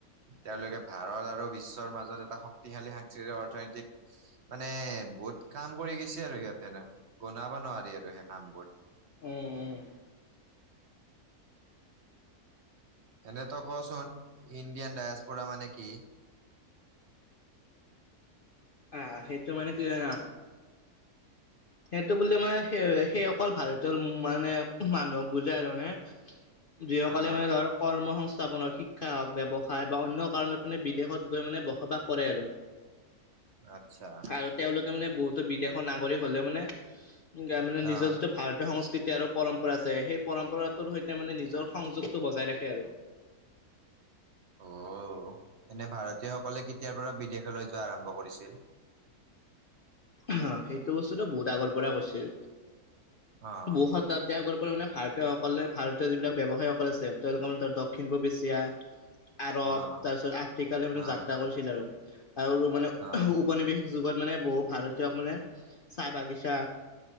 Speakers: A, on the right (about 55°); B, on the left (about 65°).
A: তেওঁলোকে ভাৰত আৰু বিশ্বৰ মাজত এটা শক্তিশালী সাংস্কৃতিক অৰ্থনৈতিক মানে বহুত কাম কৰি গৈছে আৰু সিহঁতে এনে গনাবা নোৱাৰি আৰু সেই কাম বোৰ।
B: উম -উম।
A: এনেতো কচোন ইণ্ডিয়ান ডায়েছ পুৰা মানে কি?
B: আহ সেইটো মানে কি জানা সেইটো বুলি মানে সেই -সেই অকল ভাৰতীয় মানে মানুহক বুজাই আৰু মানে যি সকলে
A: অ'
B: মানে ধৰ কৰ্ম সংস্থাপনৰ শিক্ষা হওক, ব্যৱসায় বা অন্য কাৰণত মানে বিদেশত গৈ মানে বসবাস কৰে আৰু।
A: আচ্ছা।
B: আৰু তেওঁলোকে মানে বহুতো বিদেশৰ নাগৰিক হলেও মানে গা মানে
A: অ'
B: নিজৰ যিটো ভাৰতীয় সংস্কৃতি আৰু পৰম্পৰা যে সেই পৰম্পৰাটোৰ সৈতে মানে নিজৰ সংযোগটো বজাই ৰাখে আৰু।
A: অ, এনে ভাৰতীয় সকলে কেতিয়াৰ পৰা বিদেশলৈ যোৱা আৰম্ভ কৰিছিল?
B: <unintelligible> সেইটো বস্তুটোটো বহুত আগৰ পৰা কৰছিল
A: অ'
B: বৌহত তাতে আগৰ পৰা মানে ভাৰতীয়সকলে ভাৰতীয় যিবিলাক ব্যৱসায়সকল আছে তেওঁলোকৰ মানে ধৰ দক্ষিণ পূব এছিয়া
A: <inaudible>
B: আৰব
A: অ'
B: তাৰপিছত আফ্ৰিকালৈ মানে
A: অ'
B: যাত্ৰা কৰিছিল আৰু -আৰু মানে
A: অ'
B: উ প পনিৱেশিক যুগত মানে বহু ভাৰতীয়ক মানে চাহ -বাগিচা